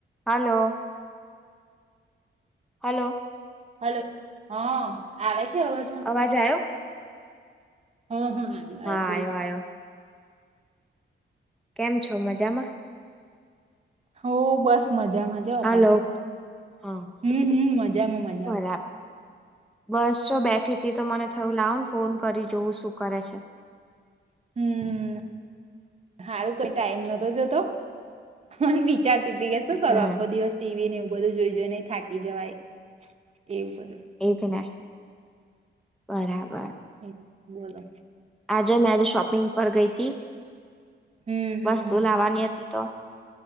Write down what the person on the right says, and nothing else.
Hello હા આવે છે, અવાજવાનું.
હા હા <unintelligible> બોલો.
હો બસ. મજામાંજતા
તો
હમ હમ મજામાં મજામાં.
હમ. સારું કઈ ટાઈમ નતો જતો મ વિચાર તી કે શું કરો
આખો દિવસ ટીવી ને એવું બધું જોઈ જઈ નને થાકી જવાય. એવું બલું
એ બોલે
હમ
હમ